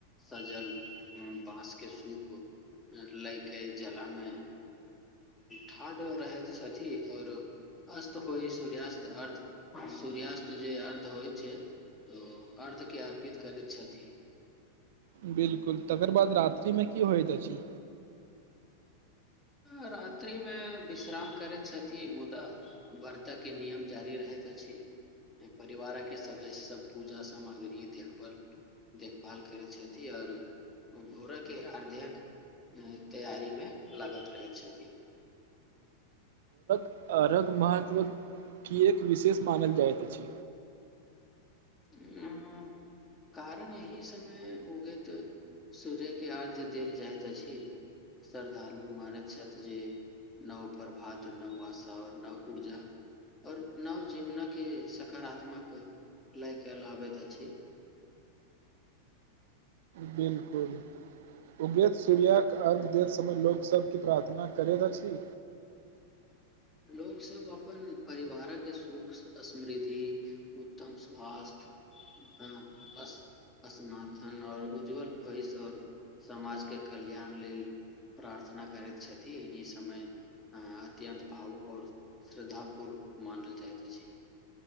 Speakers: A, on the left (about 15°); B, on the right (about 70°).
A: सजल बाँस के सूप लए के जलामे ठाढ़ रहैत छथि आओर अस्त होइ सूर्यास्त अर्ध सूर्यास्त जे अर्ध होइत छै तऽ अर्धके अर्पित करैत छथि।
B: बिल्कुल तकर बाद रात्रिमे की होइत अछि?
A: आ रातिमे विश्राम करैत छथि मुदा व्रत के नियम जारी रहैत अछि। परिवार के सदस्य सब पूजा सामग्री देखभाल देखभाल करैत छथि आओर भोरे के अर्ध्यक तैयारी मे लागैत रहैत छथि।
B: अरघ महत्व किएक विशेष मानल जाइत अछि?
A: अं कारण एही समय उगैत सूर्य के अर्ध्य देल जाइत अछि। श्रद्धालु मानैत छथि जे नव प्रभात, नव आशा आओर नव ऊर्जा आओर नव जीवनक के सकारात्मक लय कयल आबैत अछि।
B: बिलकुल, उगैत सूर्यके अर्घ्य देैत समय लोक सब की प्रार्थना करैत अछि?
A: लोक सब अपन परिवार के सुख, समृद्धि, उत्तम स्वास्थ्य अ अस् अस्नातन आओर उज्ज्वल भविष्य आओर समाज के कल्याण लेल प्रार्थना करैत छथि। ई समय अत्यन्त भावुक आओर श्रद्धापूर्व मानल जाइत अछि।